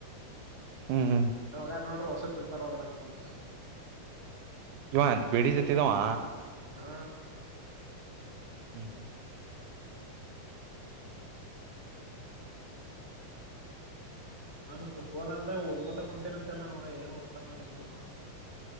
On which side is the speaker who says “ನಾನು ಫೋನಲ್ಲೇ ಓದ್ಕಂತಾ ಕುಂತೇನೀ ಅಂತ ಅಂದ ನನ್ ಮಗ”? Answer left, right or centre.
Left